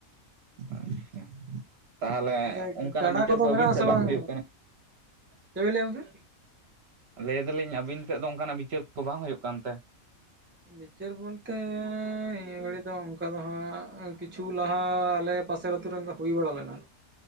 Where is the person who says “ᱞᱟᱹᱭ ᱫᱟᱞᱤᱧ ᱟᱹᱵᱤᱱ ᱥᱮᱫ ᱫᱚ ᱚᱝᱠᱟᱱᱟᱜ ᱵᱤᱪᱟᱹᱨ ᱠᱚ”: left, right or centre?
Right